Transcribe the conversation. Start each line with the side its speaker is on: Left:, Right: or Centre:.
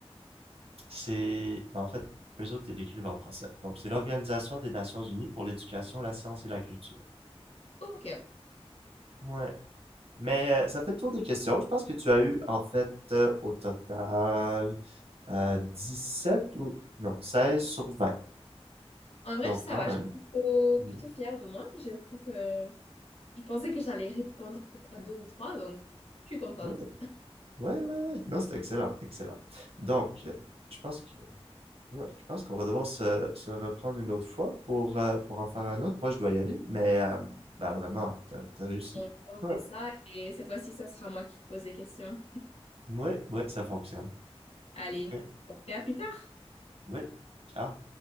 Right: C'est... bah, En fait, eux autres, ils l'écrivent en français. Donc, c'est l'Organisation des Nations Unies pour l'éducation, la science et la culture.
Left: Ok.
Right: Ouais. Mais euh, ça fait le tour des questions. Je pense que tu as eu, en fait, euh, au total, euh, sept ou... Non, seize sur vingt
Left: En vrai,
Right: Donc,
Left: ça
Right: quand
Left: va.
Right: même.
Left: Je suis plutôt,
Right: Mm.
Left: plutôt fière de moi. Je crois que je pensais que j'allais répondre peut-être à deux ou trois, donc je suis contente.
Right: Ouais, ouais, ouais, ouais. Non, c'est excellent, excellent. Donc, euh, je pense que, ouais, je pense qu'on va devoir se, se reprendre une autre fois pour, euh, pour en faire un autre. Moi, je dois y aller, mais euh, bah, vraiment, t'as, t'as réussi.
Left: On on
Right: Ouais,
Left: fait ça et cette fois-ci, ça sera moi qui te pose des questions.
Right: ouais, ouais, ça fonctionne.
Left: Allez,
Right: Ok,
Left: on fait à plus tard.
Right: ouais, ciao.